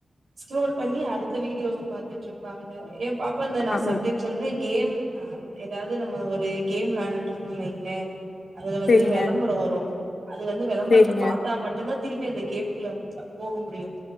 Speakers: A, on the right; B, on the left.
A: ஸ்கரோல் பண்ணி அடுத்த வீடியோ பாத்துட்டு இருப்பாங்க பாப்பா அந்த நா
B: ஆமா.
A: சம்டைம்ஸ் வந்து கேம் ஹா ஏதாவது நம்ம ஒரு கேம் விளையாடின்ட்டு இருந்தோம் வைங்க அதுல வந்து
B: சரிங்க,
A: விளம்பரம் வரும் அது வந்து விளம்பரத்தை
B: சரிங்க,
A: பாத்தா மட்டும்தான் திருப்பி அந்த கேம்குள்ள போக முடியும்